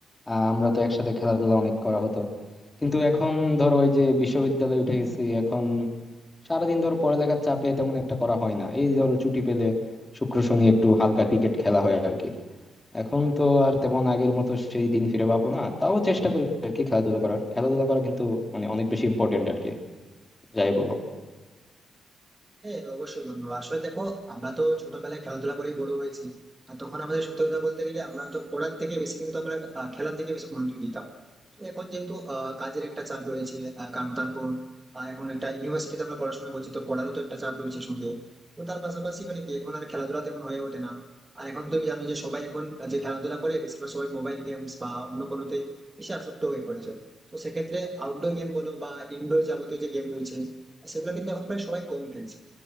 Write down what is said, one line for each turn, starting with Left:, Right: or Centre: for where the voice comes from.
Left: আহ, আমরা তো একসাথে খেলাধুলা অনেক করা হতো কিন্তু এখন ধরো ওই যে বিশ্ববিদ্যালয়ে উঠে গেছি এখন সারাদিন ধরো পড়ালেখার চাপে তেমন একটা করা হয় না এই ধরো ছুটি পেলে শুক্র শনি একটু হালকা ক্রিকেট খেলা হয় আর কি এখন তো আর তেমন আগের মতো সেই দিন ফিরে পাবো না তাও চেষ্টা করি আর কি খেলাধুলা করার খেলাধুলা করা কিন্তু মানে অনেক বেশি ইম্পর্টেন্ট আর কি যাই বলো
Right: হ্যাঁ অবশ্যই বন্ধু আসলে দেখো আমরা তো ছোটবেলায় খেলাধুলা করে বড় হয়েছি আর তখন আমাদের সত্যি কথা বলতে গেলে আমরা তো পড়ার থেকে বেশি কিন্তু আমরা আহ, খেলার দিকে বেশি মনোযোগ দিতাম তো এখন যেহেতু আহ, কাজের একটা চাপ রয়েছে আহ, কারণ তারপর আহ, এখন একটা ইউনিভার্সিটিতে আমরা পড়াশোনা করছি তো পড়ারও তো একটা চাপ রয়েছে সঙ্গে তো তার পাশাপাশি মানে কি এখন আর খেলাধুলা তেমন হয়ে ওঠে না আর এখন তুমি জানো যে সবাই এখন যে খেলাধুলা করে বেশিরভাগ সবাই মোবাইল গেমস বা অন্য কোনোতে বেশি আসক্ত হয়ে পড়েছে তো সেক্ষেত্রে আউটডোর গেম বলো বা ইনডোর যাবতীয় যে গেম রয়েছে সেগুলো কিন্তু এখন প্রায় সবাই কম খেলছে